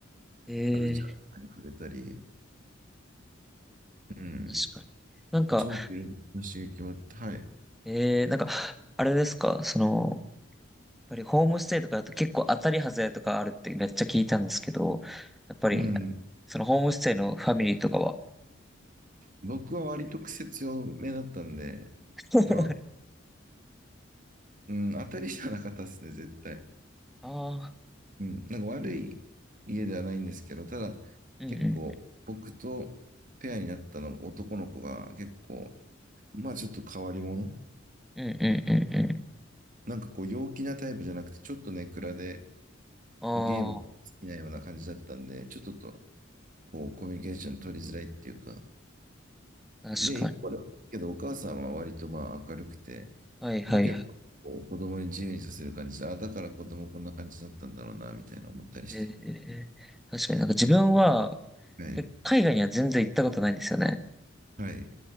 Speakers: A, in the centre; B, on the right.
A: い。
B: カルチャーとかに触れたり、
A: え
B: うん、
A: ー、確かに。なんか、
B: すごくいろんな刺激もあって、はい。
A: えー、なんか、あれですか、その、ぱりホームステイとかだと結構当たり外れとかあるってめっちゃ聞いたんですけど、やっぱり、
B: うん。
A: そのホームステイのファミリーとかは、
B: 僕は割と癖強めだったんで、
A: <laughs>
B: まあ、うん、当たりじゃなかったですね、絶対。
A: ああ、
B: うん、なんか悪い家ではないんですけど、ただ結構僕とペアになったの男の子が結構、
A: うんう
B: まあちょっと変わり者。
A: ん、うんうんうん
B: なんかこう陽気なタイプじゃなくて、ちょっとね暗で
A: うん。
B: こうゲームとか好きなような感じだったんで、
A: あ
B: ちょっととこうコミュニケーション取りづらいっていうか。
A: あ、確かに。
B: で、一方で、けどお母さんは割とまあ明るくて、
A: はいはいはい。
B: まあけど、こう子供に自由にさせる感じで、あ、だから子供こんな感じだったんだろうな、みたいな思ったりして。
A: えー、確かになんか自分は、
B: はい。
A: け海外には全然行ったことないんですよね。
B: はい。